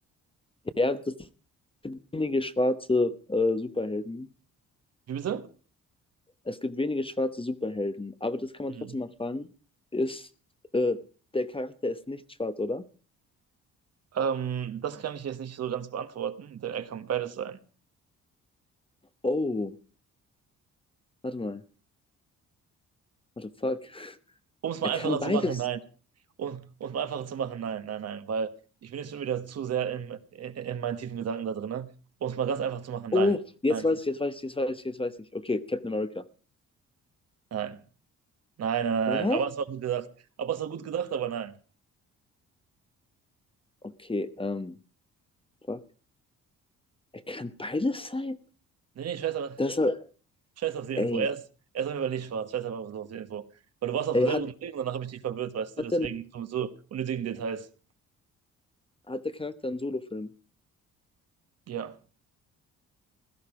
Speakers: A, on the left; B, on the right.
A: ja, das sind wenige schwarze äh, Superhelden
B: Wie bitte?
A: Es gibt wenige schwarze Superhelden, aber das kann man
B: Hm.
A: trotzdem mal fragen. Ist, äh, der Charakter ist nicht schwarz, oder?
B: Ähm, das kann ich jetzt nicht so ganz beantworten, denn er kann beides sein.
A: Oh, warte mal. What the fuck?
B: Um es mal
A: Er kann
B: einfacher
A: beides.
B: zu machen, nein. Um um es mal einfacher zu machen, nein, nein, nein, weil ich bin jetzt schon wieder zu sehr in, in, in meinen tiefen Gedanken da drin. ne? Um es mal ganz einfach zu machen,
A: Oh,
B: nein,
A: jetzt
B: nein, ist
A: weiß
B: er nicht.
A: ich, jetzt weiß ich, jetzt weiß ich, jetzt weiß ich. Okay, Captain America.
B: Nein, nein, nein, nein,
A: Hä?
B: nein. aber es war gut gedacht. Aber es war gut gedacht, aber nein.
A: Okay, ähm, fuck. Er kann beides sein?
B: Nee, nee, scheiß, auf-
A: Das war,
B: scheiß auf die Info.
A: ey,
B: Erst, erst auf jeden Fall nicht schwarz, scheiß einfach so auf die Info. Weil du warst auf
A: ey,
B: einem sehr
A: hat,
B: guten Weg und danach habe ich dich verwirrt, weißt du,
A: hat
B: deswegen
A: denn,
B: so so unnötigen Details.
A: hat der Charakter einen Solo-Film?
B: Ja,